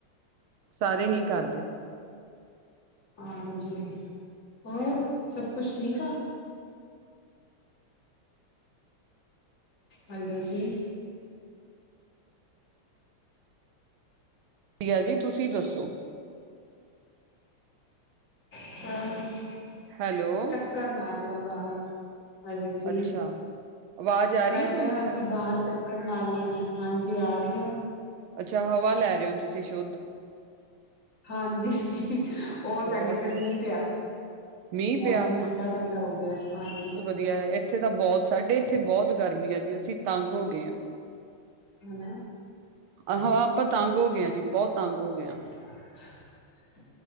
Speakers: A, on the right; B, on the left.
A: ਸਾਰੇ ਨੀ ਕਰਦੇ।
B: ਹਾਂਜੀ, ਹੋਰ ਸਭ ਕੁਛ ਠੀਕ ਆ? ਹੈਲੋ ਜੀ।
A: ਵਧੀਆ ਜੀ, ਤੁਸੀਂ ਦੱਸੋ?
B: ਬਸ,
A: ਹੈਲੋ
B: ਚੱਕਰ ਮਾਰ ਰਹੇ ਆ, ਬਾਹਰ। ਹੈਲੋ ਜੀ,
A: ਅੱਛਾ ਆਵਾਜ਼ ਆ ਰਹੀ
B: ਮੈਂ
A: ਹੈ ਤੁਹਾਨੂੰ
B: ਕਿਹਾ
A: ਸਾਡੀ
B: ਅਸੀਂ ਬਾਹਰ ਕਰ ਮਾਰਨੇ ਆਏ, ਹਾਂਜੀ ਆ ਰਹੀ ਆ।
A: ਅੱਛਾ ਹਵਾ ਲੈ ਰਹੇ ਓ, ਤੁਸੀਂ ਸ਼ੁੱਧ?
B: ਹਾਂਜੀ। ਉਹ
A: ਬਹੁਤ
B: ਸਾਡੇ ਇੱਧਰ
A: ਵਧੀਆ
B: ਮੀਂਹ ਪਿਆ,
A: ਮੀਂਹ
B: ਮੌਸਮ
A: ਪਿਆ
B: ਠੰਡਾ-ਠੰਡਾ ਹੋਗਿਆ ਹਾਂਜੀ।
A: ਆ, ਇੱਥੇ ਤਾਂ ਬਹੁਤ ਸਾਡੇ ਇੱਥੇ ਬਹੁਤ ਗਰਮੀ ਆ ਜੀ, ਅਸੀਂ ਤੰਗ ਹੋਗੇ ਆਂ।
B: ਹਨਾ।
A: ਆਹੋ ਆਪਾਂ ਤੰਗ ਹੋ ਗਏ ਆ ਜੀ, ਬਹੁਤ ਤੰਗ ਹੋਗੇ ਆਂ।
B: <inaudible>